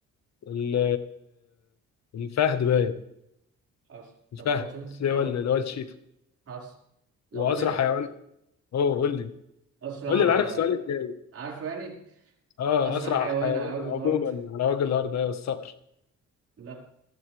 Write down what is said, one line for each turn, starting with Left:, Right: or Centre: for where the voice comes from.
Left: ال- الفهد باين
Right: حصل
Left: الفهد
Right: طب لو قلت- لو
Left: اللي هو اللي هو الشيتا
Right: حصل لو
Left: واسرع
Right: قلت لك
Left: حيوان اوه قول لي
Right: أسرع
Left: قول لي انا عارف السؤال
Right: آه،
Left: الجاي
Right: عارفه يعني
Left: اه
Right: أسرع
Left: اسرع
Right: حيوان
Left: حيوان
Right: على وجه
Left: عموما
Right: الأرض
Left: على وجه الارض ايوه الصقر
Right: لا